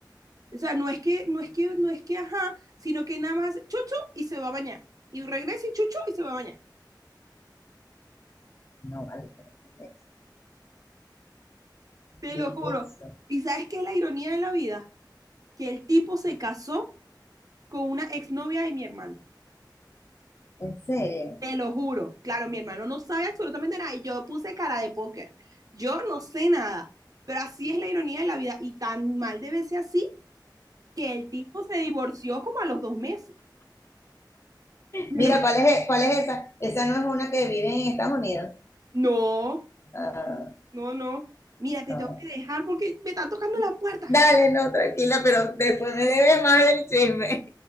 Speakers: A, on the right (about 50°); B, on the left (about 35°).
A: O sea, no es que, no es que, no es que, ajá, sino que nada más hace chucho y se va a bañar. Y regresa y chuchu y se va a bañar.
B: No, vale, pero ¿qué
A: Te
B: es-
A: lo juro.
B: eso?
A: ¿Y sabes qué es la ironía de la vida? Que el tipo se casó con una exnovia de mi hermano.
B: En serio.
A: Te lo juro. Claro, mi hermano no sabe absolutamente nada. Y yo puse cara de póker. Yo no sé nada. Pero así es la ironía de la vida. Y tan mal debe ser así que el tipo se divorció como a los dos meses. Te
B: Mira,
A: lo-
B: ¿cuál es, e- cuál es esa? Esa no es una que vive en Estados Unidos.
A: No,
B: Ah,
A: no, no. Mira, te
B: ah.
A: tengo que dejar porque me están tocando la puerta.
B: Dale, no, tranquila, pero después me debes más del chisme.